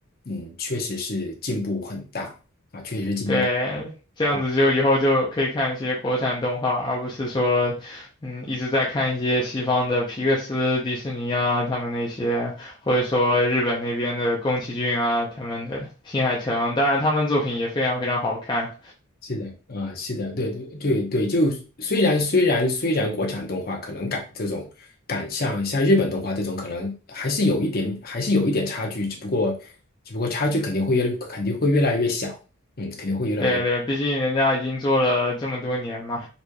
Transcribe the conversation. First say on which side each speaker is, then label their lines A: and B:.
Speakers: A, on the left; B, on the left.
A: 嗯，确实是进步很大啊，确实是进步，
B: 对，这样子就以后就可以看一些国产动画，
A: 对，
B: 而不是说嗯一直在看一些西方的皮克斯、迪士尼啊他们那些，或者说日本那边的宫崎骏啊他们的《新海诚》，当然他们作品也非常非常好看。
A: 是的，啊、是的，对对对对，就虽然虽然虽然国产动画可能赶这种赶像像日本动画这种，可能还是有一点还是有一点差距，只不过只不过差距肯定会越肯定会越来越小，嗯，肯定会越来越
B: 对对，毕竟人家已经做了这么多年嘛，